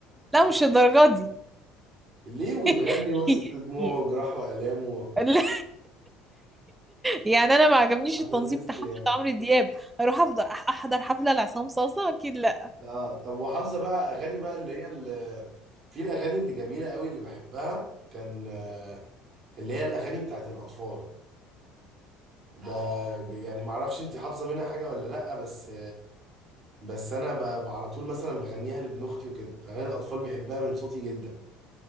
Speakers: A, on the right; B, on the right.
A: لا مش الدرجات دي
B: ليه وتغني
A: <laughs>
B: وسط دموعه وجراح والامه
A: لا. يعني انا ما عجبنيش
B: هتنبسط
A: التنظيم بتاع
B: يعني
A: حفلة عمرو دياب اروح افضل أح- احضر حفلة لعصام صاصة اكيد لا
B: اه طب وحافظه بقى اغاني بقى اللي هي اللي... في الاغاني اللي جميله قوي اللي بحبها كان آه، اللي هي الاغاني بتاعت الاطفال ب... ب- يعني معرفش انت حافظه منها حاجه ولا لا بس بس انا ب- ب- على طول مثلا بغنيها لابن اختي وكده اغاني الاطفال بيحبها من صوتي جدا